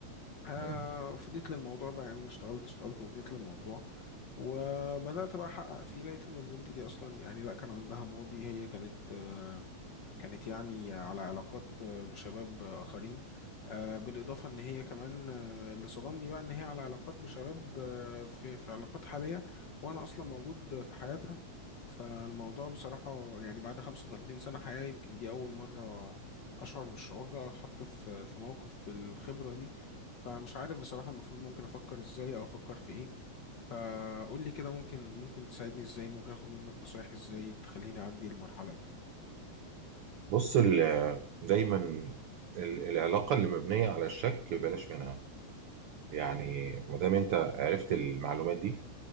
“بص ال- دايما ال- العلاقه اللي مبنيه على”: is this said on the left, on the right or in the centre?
Right